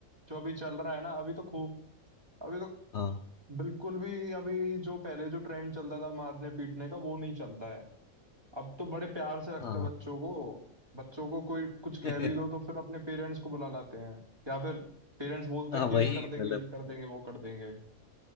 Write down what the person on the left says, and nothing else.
हाँ
हाँ
<laughs>
हाँ
वही
मतलब
हाँ,